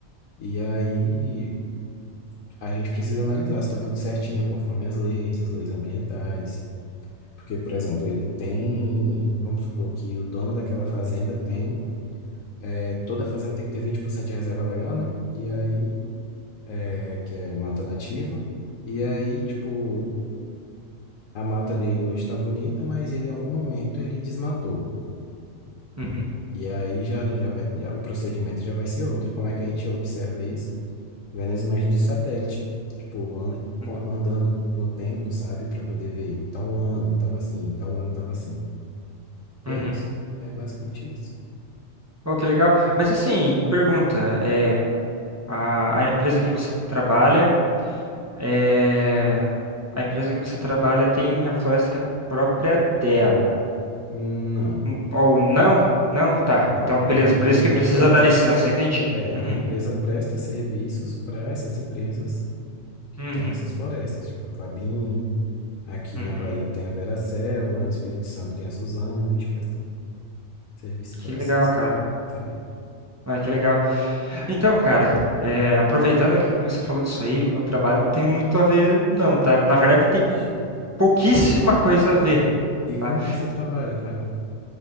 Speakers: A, on the left (about 75°); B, on the right (about 15°).
A: e aí a gente precisa analisar se está tudo certinho, conforme as leis, as leis ambientais. Porque, por exemplo, ele tem. Vamos supor que o dono daquela fazenda tem. é, toda a fazenda tem que ter 20% de reserva legal, né? E aí, é, que é mata nativa. E aí, tipo, a mata dele hoje está bonita, mas ele em algum momento ele desmatou.
B: uhum,
A: E aí já, já vai, já- o procedimento já vai ser outro. Como é que a gente observa isso? Vendo as imagens de satélite, tipo, an- com-
B: uhum,
A: andando no tempo, sabe? Para poder ver, em tal ano tava assim, em tal ano tava assim. E
B: uhum.
A: é isso. É basicamente isso.
B: Oh, que legal. Mas assim, pergunta, é, a, a empresa que você trabalha, é, a empresa que você trabalha tem a floresta que é própria dela.
A: Não.
B: Hum, Ou não? Não? Tá.
A: Não,
B: Então,
A: a
B: beleza.
A: minha empresa
B: Por isso que precisa
A: presta
B: da licença,
A: ser,
B: entendi.
A: é,
B: Uhum,
A: a minha empresa presta serviços para essas empresas que
B: uhum,
A: têm essas florestas, tipo a Klabin, aqui
B: uhum.
A: na Bahia tem a Veracel, lá no Espírito Santo tem a Suzano, a gente presta serviço
B: Que
A: para
B: legal,
A: essas,
B: cara.
A: sabe?
B: Ah, que legal. Então, cara, é, aproveitando que você falou disso aí, o meu trabalho não tem muito a ver, não, tá? Na verdade, tem
A: Ixi.
B: pouquíssima coisa a ver,
A: E com
B: tá?
A: que você trabalha, cara?